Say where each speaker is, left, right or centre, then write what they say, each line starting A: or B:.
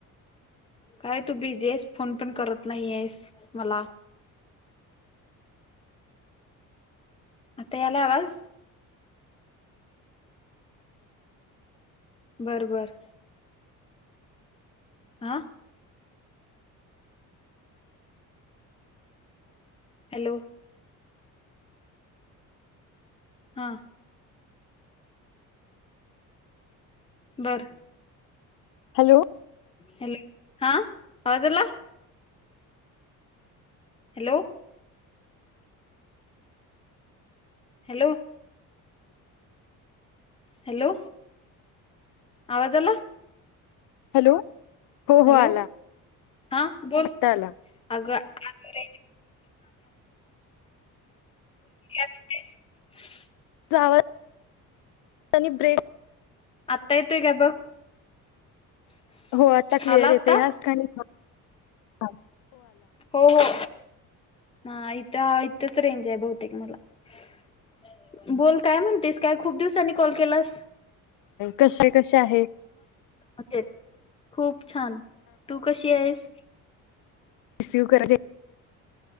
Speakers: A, on the left (about 15°); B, on the left (about 70°).
A: काय, तु बी जस्ट फोन पण करत नाही येस मला आता यायला आवाज? बरबर. आह <inaudible> हॅलो? हा. बर.
B: Hello
A: hello. हा आवा <unintelligible> जला हॅलो? हॅलो? हॅलो आवाजला...
B: हॅलो. हो
A: हॅलो
B: हो आला
A: हा बोल
B: आत्ता आला
A: अग. काय म्हणतेस <unintelligible>
B: जावर... आणिनी ब्रेक.
A: आता येतो ग बघ.
B: हो आता क्लिअर
A: आला
B: येत
A: आत्ता
B: ह्याच खाणी... हा.
A: हो हो. ह इथ इथच रेंज आहे बहुतेक मला बोल काय म्हणतेस काय खूप दिवसांनी कॉल केलास.
B: कसे कसे. अश आहे.
A: अ खूप... छान तू कशी आहेस.
B: रिसीव्ह करा.